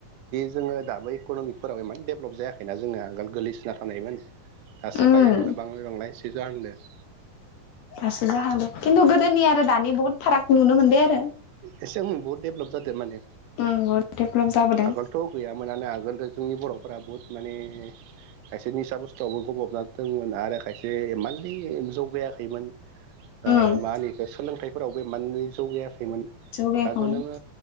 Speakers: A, on the right; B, on the left.
A: जोङो दाबो इक'न'मिकफोराव इमान डेभेलप जायाखैना जोङो आगोल गोलैसोना थानायमोन। दासो
B: उम
A: बाय <unintelligible>
B: दासो जाहांदो खिन्थु गोदोनि आरो दानि बहुत फाराग नुनो मोनदों आरो।
A: एसे उम बहुद दडेभलप जादों माने
B: उम बहुद डेभलप जाबोदों
A: आगोलथ' गैयामोनानो आगोल जोंनि बर'फोरा बहुद माने खायसे निसा बुस्थुआवबो गबबना दंमोन आरो खायसे मान्थलि जौगायाखैमोन। ओ
B: उम
A: मा होनो इखौ सोलोंथाइफोरावबो इमान जौगायाखैमोन
B: जौगायाखैमोन
A: दाथ' नोङो